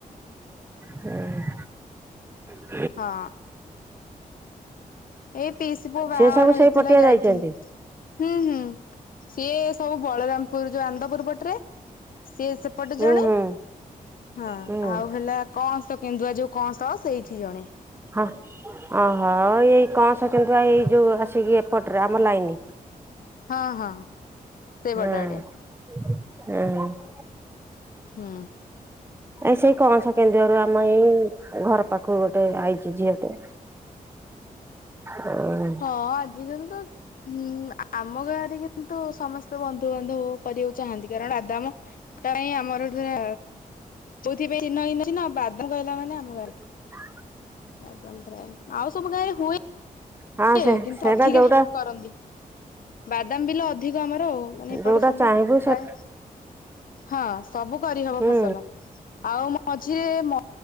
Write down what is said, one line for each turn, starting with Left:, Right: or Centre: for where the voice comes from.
Right: <inaudible> ହୁଁ <inaudible>
Left: ହଁ। ଏଇ ପିଇସି ପୁଅ ବାହାଘର
Right: ସେ ସବୁ ସେଇ
Left: ହେଇଥିଲା
Right: ପଟିଆ
Left: ଯାଇଥିଲି।
Right: ଯାଇଛନ୍ତି
Left: ହୁଁ ହୁଁ ସିଏ ସବୁ ବଳରାମପୁର ଯୋଉ ଆନ୍ଦପୁର ପଟରେ। ସିଏ ସେପଟେ
Right: ହୁଁ
Left: ଜଣେ
Right: ହୁଁ
Left: ହଁ
Right: ହୁଁ
Left: ଆଉ ହେଲା କଅଁଶ କେନ୍ଦୁଆ ଯୋଉ କଅଁସ ସେଇଠି ଜଣେ।
Right: ହଁ ଅଁହୋ ଏଇ କଅଁସ କେନ୍ଦୁଆ ଏଇ ଯୋଉ ଆସିକି ଏପର୍ଟରେ ଆମର ଲାଇନି।
Left: ହଁ, ହଁ।
Right: ହୁଁ,
Left: ସେଇପଟ ଆଡେ
Right: ହୁଁ ହୁଁ।
Left: ହୁଁ।
Right: ଏ ସେଇ କଅଁସ କେନ୍ଦୁଆରୁ ଆମ ଏଇ ଘର ପାଖକୁ ଗୋଟେ ଆଇଚି ଝିଅ ଟେ। ଉଁ ହୁଁ।
Left: ହଁ ଆଜିକାଲି ତ ହୁଁ ଆମ ଗାଁରେ କିନ୍ତୁ ସମସ୍ତେ ବନ୍ଧୁବାନ୍ଧବ କରିବାକୁ ଚାହାନ୍ତି କାରଣ ଆଦାମ ତା ପାଇଁ ଆମର ପରା କଉଥିପାଇଁ ଚିହ୍ନ ନ ଚିହ୍ନ ବାଦୁ କହିଲ ମାନେ ଆମ ଗାଁ ରେ
Right: <inaudible>
Left: ବାଦାମ ପ୍ରାୟ ଆଉ ସବୁ ଗାଁରେ ହୁଏ
Right: ହଁ ସେ
Left: କିନ୍ତୁ
Right: ସେଇଟା
Left: ଅଧିକା
Right: ଯୋଉଟା
Left: କରନ୍ତି। ବାଦାମ ବିଲ ଅଧିକ ଆମର ଆଉ ମାନେ ଏପଟେ
Right: ଯୋଉଟା
Left: ସବୁ
Right: ଚାହିଁବୁ ସେ
Left: ପ୍ରାଏ। ହଁ ସବୁ କରିହବ
Right: ହୁଁ
Left: ଫସଲ ଆଉ ମଝିରେ ମ